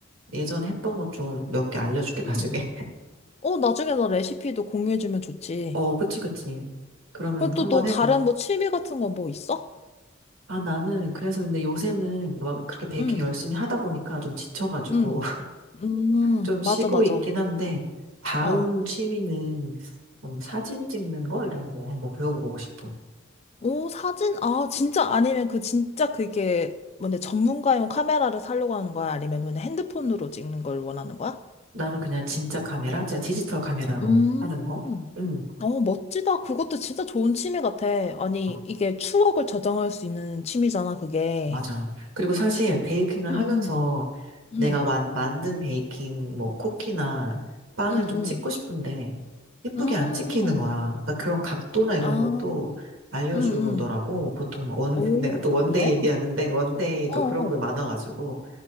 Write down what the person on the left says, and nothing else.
음,
어, 나중에 나 레시피도 공유해주면 좋지.
그럼 또
너
다른 뭐 취미 같은 거 뭐 있어?
음,
음. 음,
맞아,
맞아.
어.
오, 사진? 아, 진짜 아니면 그 진짜 그게 뭔데 전문가용 카메라를 사려고 하는 거야? 아니면 그냥 핸드폰으로 찍는 걸 원하는 거야?
음.
어, 멋지다. 그것도 진짜 좋은 취미 같아. 아니,
이게 추억을 저장할 수 있는 취미잖아, 그게.
응,
응,
응,
응,
응. 음.
아,
응, 응.
오,
그래?
어,
어.